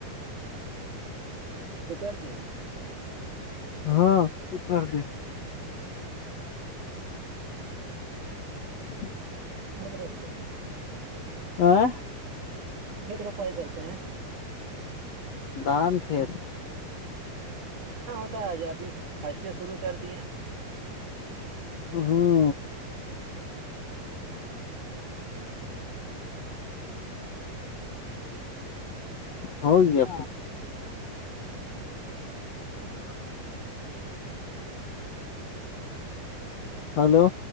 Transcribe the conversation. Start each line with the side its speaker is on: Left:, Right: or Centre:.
Right: وہ کر دیے
Left: ہاں س کر د
Right: ہوں
Left: ہوں
Right: کھیت روکھتے ہیں
Left: آ
Right: چت روپائی کرتے ہیں
Left: دان کھیت
Right: اتنا ہوتا ہے آج ابھی فسٹ شروع کر دیے
Left: ھم ہو گیا
Right: ہاں
Left: ہاں ہلو